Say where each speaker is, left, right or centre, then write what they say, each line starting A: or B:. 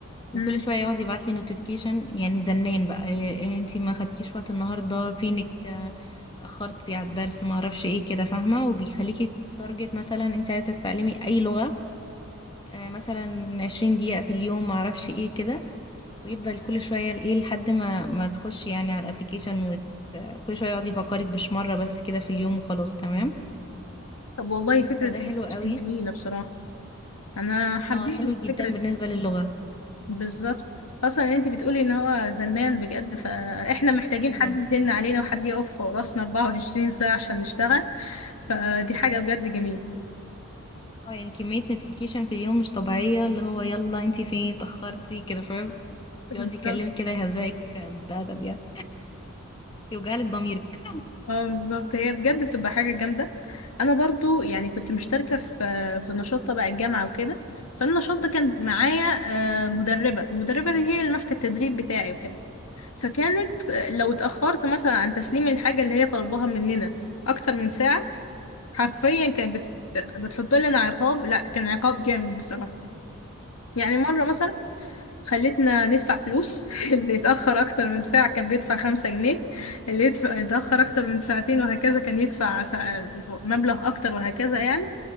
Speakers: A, on the left; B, on the left.
A: وكل
B: مم.
A: شويه يقعد يبعت لي نوتيفيكيشن يعني زنان بقى إيه إيه، انتي ما خدتيش وقت النهارده فينك آه، اتاخرتي على الدرس ما اعرفش ايه كده فاهمه وبيخليكي تارجت مثلا انتي عايزه تتعلمي اي لغه آه، مثلا 20 دقيقه في اليوم ما اعرفش ايه كده ويفضل كل شويه ايه لحد ما ما تخشي يعني على الابلكيشن وت... كل شويه يقعد يفكرك مش مره بس كده في اليوم وخلاص تمام
B: طب والله فكره
A: فده حلو قوي
B: جميله بصراحه انا حبيت
A: اه حلو
B: الفكره
A: جدا
B: دي
A: بالنسبه للغه
B: بالظبط خاصه ان انت بتقولي ان هو زنان بجد فاحنا محتاجين
A: جدا
B: حد يزن علينا وحد يقف فوق راسنا 24 ساعه عشان نشتغل فدي حاجه بجد جميله
A: اه يعني كمية نوتيفيكيشن في اليوم مش طبيعية اللي هو يلا انتي فين اتأخرتي كده فاهم
B: بالظبط
A: يقعد يكلمك كده يهزئك بأدب يعني يوجعلك ضميرك
B: اه بالظبط هي بجد بتبقى حاجه جامده انا برضو يعني كنت مشتركه في في نشاط تبع الجامعه وكده فالنشاط ده كان معايا آه، مدربه المدربه دي هي اللي ماسكه التدريب بتاعي وكده فكانت آه، لو اتاخرت مثلا عن تسليم الحاجه اللي هي طالباها مننا اكتر من ساعه حرفيا كانت بت... بتحط لنا عقاب لا كان عقاب جامد بصراحة يعني مرة مثلا خلتنا ندفع فلوس <laughs> اللي يتأخر أكتر من ساعة كان بيدفع خمسة جنيه اللي يدفع يتأخر أكتر من ساعتين وهكذا كان يدفع سا... مبلغ أكتر وهكذا يعني